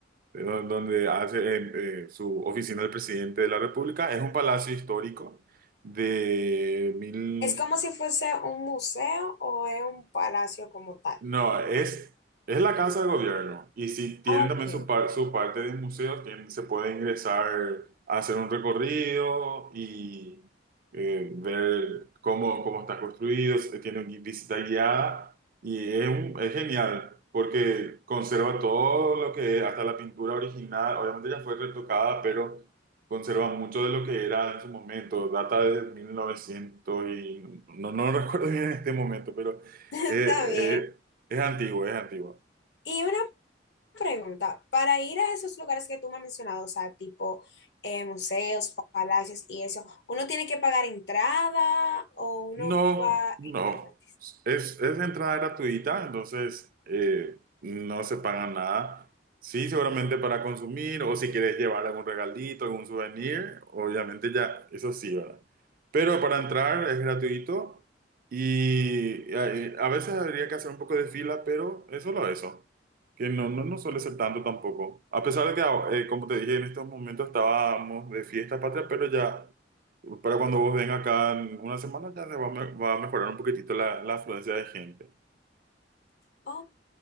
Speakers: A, on the right; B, on the left.
A: do- donde hace eh, eh, su oficina el presidente de la República. Es un palacio histórico de mil,
B: ¿Es como si fuese un museo o es un palacio como tal?
A: no, es, es la casa de gobierno. Y si tienen
B: Ok,
A: también su, par- su parte de museos, tienen- se puede ingresar a hacer un recorrido y eh, ver cómo, cómo está construido. se- Tiene gui- visita guiada y es, un- es genial porque conserva todo lo que hasta la pintura original. Obviamente ya fue retocada, pero conserva mucho de lo que era en su momento. Data de 1900 y no, no recuerdo bien en este momento, pero...
B: <laughs> está
A: Eh,
B: bien.
A: eh, es antiguo, es antiguo.
B: Y una pregunta, para ir a esos lugares que tú me has mencionado, o sea, tipo eh, museos, palacios y eso, ¿uno tiene que pagar entrada o uno
A: No,
B: va a
A: no.
B: entrar?
A: Es, es entrada gratuita, entonces eh, no se paga nada. Sí, seguramente para consumir o si quieres llevar algún regalito, algún souvenir, obviamente ya, eso sí, ¿verdad? Pero para entrar es gratuito y eh, a veces habría que hacer un poco de fila, pero es solo eso, que no, no, no suele ser tanto tampoco. A pesar de que, ah, eh, como te dije, en estos momentos estábamos de fiesta patria, pero ya... Para cuando vos vengas acá en una semana ya se va a, me- va a mejorar un poquitito la, la afluencia de gente.
B: Ok,